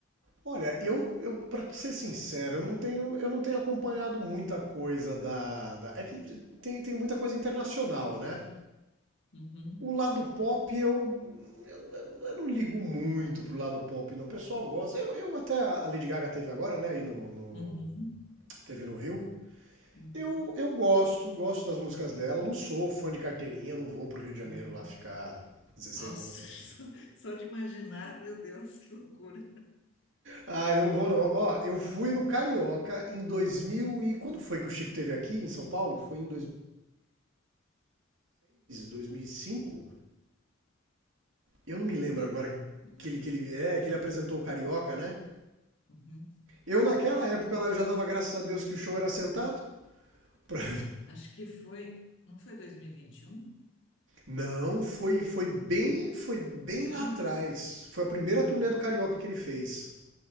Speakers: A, on the right; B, on the left.
A: Olha, eu, eu para ser sincero, eu não tenho, eu não tenho acompanhado muita coisa da, da- é que tem, tem muita coisa internacional, né?
B: Uhum,
A: O lado pop eu, eu, eu não ligo muito pro lado pop, não. O pessoal gosta. Eu, eu até a Lady Gaga teve agora, né? Aí no, no-
B: uhum,
A: teve no Rio.
B: uhum,
A: Eu, eu gosto, gosto das músicas dela. Não sou fã de carteirinha, não vou pro Rio de Janeiro
B: uhum.
A: lá ficar 16
B: Nossa,
A: horas. Não.
B: <laughs> só, só de imaginar, meu Deus, que loucura.
A: Ah, eu não vou não. Ó, eu fui no Carioca em 2000 e quando foi que o Chico teve aqui em São Paulo? Foi em 2006, cinco Eu não me lembro
B: Lembro,
A: agora
B: não
A: que
B: lembro.
A: ele que ele é, que ele apresentou o Carioca, né?
B: Uhum.
A: Eu naquela época lá eu já dava graças a Deus que o show era sentado. Pra-
B: Acho que foi, não foi dois mil e e vinte e um?
A: Não, foi foi
B: Não,
A: bem, foi bem
B: foi
A: lá
B: antes?
A: atrás. Foi a primeira
B: Hum.
A: turnê do Carioca que ele fez.